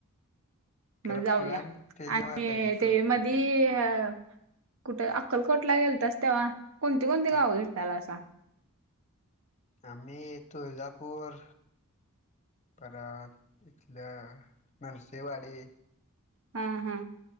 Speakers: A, on the left (about 30°); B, on the right (about 65°).
A: खरं
B: मग जाऊया
A: प्लॅन ते
B: आणि
A: हे व्हाय पाहिजे तो
B: ते मध ह कुठे अक्कलकोटला गेलतस तेव्हा कोणती कोणती
A: हा
B: गावं घेेतताला असं
A: आम्ही तुळजापूर परत इथलं नर्सिवाडी
B: हा हा